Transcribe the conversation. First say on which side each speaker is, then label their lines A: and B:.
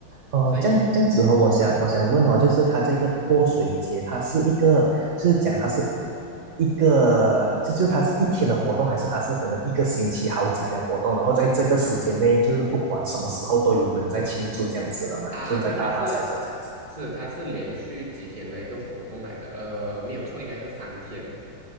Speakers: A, on the right (about 45°); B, on the right (about 25°).
A: 哦，
B: 所以，
A: 这样这样子哦，
B: 嗯，
A: 我想我想问哦，就是它这个泼水节，它是一个，就是讲它是一个，就就它是一天的活动，还是它是可能一个星期好几天的活动，然后在这个时间内，就是不管什么时候都有人在庆祝这样子的嘛，
B: 啊，
A: 就是在大大小小这样子。
B: 对，它是是它是连续几天的一个活动来的，呃，没有错，应该是三天，